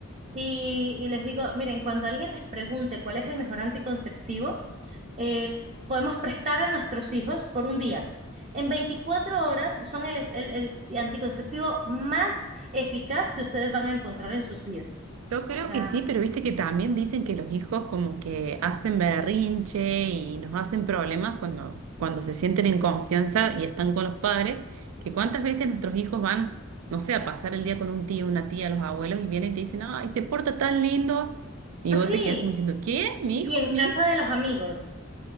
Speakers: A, on the right (about 35°); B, on the right (about 85°).
A: y, y les digo, miren, cuando alguien les pregunte cuál es el mejor anticonceptivo, eh, podemos prestar a nuestros hijos por un día. En 24 horas son el, el el anticonceptivo más eficaz que ustedes van a encontrar en sus vidas.
B: Yo creo
A: O sea,
B: que sí, pero viste que también dicen que los hijos como que hacen berrinche y nos hacen problemas cuando, cuando se sienten en confianza y están con los padres, que cuántas veces nuestros hijos van, no sé, a pasar el día con un tío, una tía, los abuelos y vienen y te dicen, ay, se porta tan lindo y
A: así.
B: vos te quedás como diciendo, ¿qué? ¿Mi
A: Y
B: hijo?
A: en casa
B: ¿Mi hija?
A: de los amigos,